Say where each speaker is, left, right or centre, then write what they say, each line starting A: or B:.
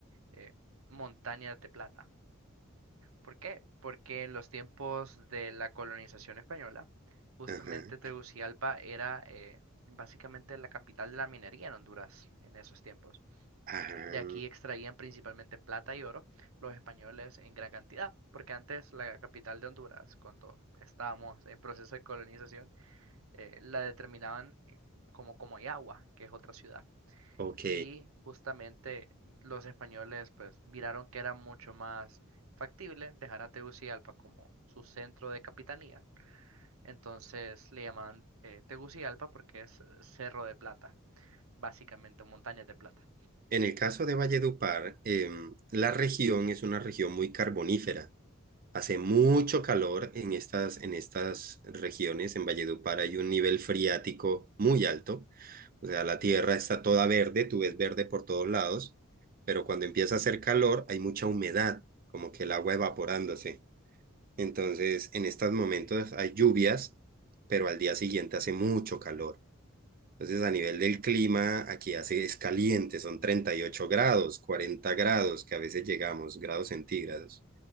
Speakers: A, on the right; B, on the right.
A: eh, montañas de plata. ¿Por qué? Porque en los tiempos de la colonización española, justamente
B: Ajá.
A: Tegucigalpa era eh, básicamente la capital de la minería en Honduras en esos tiempos.
B: Ah,
A: De aquí extraían principalmente plata y oro los españoles en gran cantidad, porque antes la capital de Honduras, cuando estábamos en proceso de colonización, eh, la determinaban eh, como Comayagua, que es otra ciudad.
B: ok.
A: Y justamente los españoles pues miraron que era mucho más factible dejar a Tegucigalpa como su centro de capitanía. Entonces le llamaban eh, Tegucigalpa porque es eh, Cerro de Plata, básicamente montañas de plata.
B: En el caso de Valledupar, em, la región es una región muy carbonífera. Hace mucho calor en estas, en estas regiones. En Valledupar hay un nivel friático muy alto. O sea, la tierra está toda verde, tú ves verde por todos lados, pero cuando empieza a hacer calor hay mucha humedad, como que el agua evaporándose. Entonces, en estos momentos hay lluvias, pero al día siguiente hace mucho calor. Entonces, a nivel del clima, aquí hace, es caliente, son 38 grados, 40 grados, que a veces llegamos, grados centígrados.